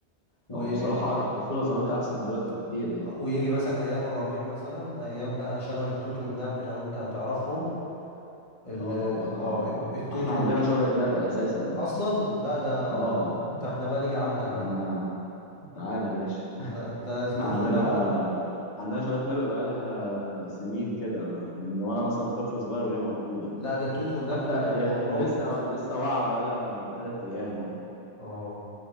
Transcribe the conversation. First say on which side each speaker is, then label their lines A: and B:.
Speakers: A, on the left; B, on the left.
A: و
B: هو بصراحة
A: اه
B: الطفولة زمان كانت أحسن من دلوقتي بكتير يعني
A: ويجي مثلا ايام الربيع مثلا ايام بقى شجر التوت والنبق لو انت تعرفهم ال-
B: اه طبعا
A: اه
B: اعرف آه،
A: التوت
B: احنا
A: ون...
B: عندنا شجرة نبق اساسا
A: اصلا لا ده
B: اه
A: ده ده احنا بقى نيجي عندك بقى
B: انا تعالى يا باشا
A: لا ده
B: احنا
A: التوت
B: عندنا
A: والنبق ده
B: عندنا شجرة نبق بقالها سنين كده من وانا مثلا طفل صغير وهي موجودة
A: لا ده التوت والنبق
B: حتى
A: ده
B: هي
A: كان مغامرات
B: لسه لسه واقعة بقالها تلات أيام أهو
A: اه